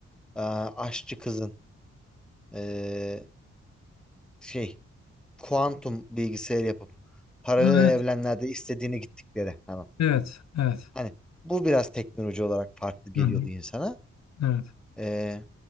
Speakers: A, in the centre; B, on the left.
A: Aa, aşçı kızın e, şey kuantum bilgisayar yapıp paralel
B: ha, evet.
A: evrenlerde istediğini gittikleri hemen.
B: Evet. Evet.
A: Hani bu biraz teknoloji olarak farklı geliyordu
B: Hı hı.
A: insana.
B: Evet.
A: Ee,